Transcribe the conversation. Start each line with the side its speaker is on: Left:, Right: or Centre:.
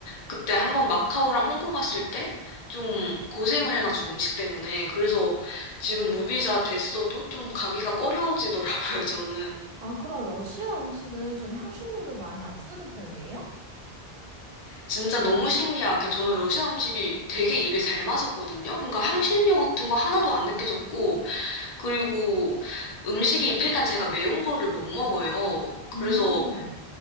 Left: 그때 한번 마카오랑 홍콩 갔을 때 좀 고생을 해가지고 음식 때문에 그래서 지금 무비자 됐어도 좀 가기가 꺼려지더라고요, <laughs> 저는.
Right: 아, 그럼 러시아 음식은 좀 향신료를 많이 안 쓰는 편이에요?
Left: 진짜 너무 신기하게 저는 러시아 음식이 되게 입에 잘 맞았거든요. 그러니까 향신료 같은 거 하나도 안 느껴졌고 그리고 음식이 일단 제가 매운 거를 못 먹어요. 그래서
Right: 음.